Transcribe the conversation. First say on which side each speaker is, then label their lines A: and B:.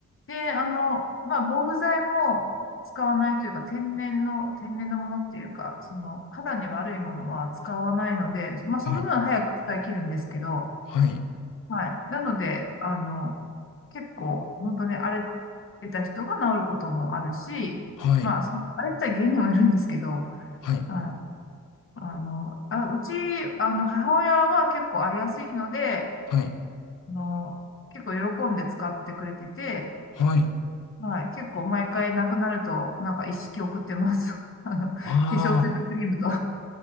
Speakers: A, on the left (about 45°); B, on the left (about 85°).
A: で、あの、まあ、防腐剤も使わないというか、天然の、天然のものっていうか、その、肌に悪いものは使わないので、まあ、その分早く使い切るんですけど、
B: はい。はい。
A: はい。なので、あの、結構、本当に荒れてた人が治ることもあるし、
B: はい。
A: まあ、その荒れてた原因にもよるんですけど、
B: はい。
A: はい。あの、あ、うち、あの、母親は結構荒れやすいので、
B: はい。
A: あの、結構喜んで使ってくれてて、
B: はい。
A: はい。結構毎回なくなると、なんか一式送ってます。<laughs> あの、化粧水とクリームと。
B: ああ、